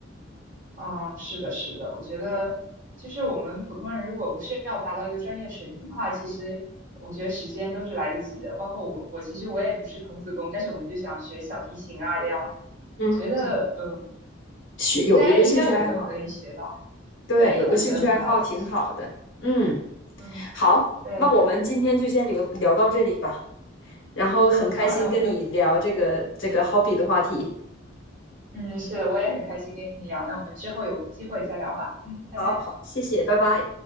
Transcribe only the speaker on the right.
啊，是的，是的，我觉得就是我们普通人如果不是要达到一个专业水平的话，其实我觉得时间都是来得及的。包括我，我其实我也不是童子功，但是我就想学小提琴啊，这样
我觉得嗯，
应该应该我们都可以学到，
对，都能学得很好。
其实，
嗯，
对，
嗯，好，那我们
嗯，是的，我也很开心跟你聊，那我们之后有机会再聊吧，嗯，拜拜。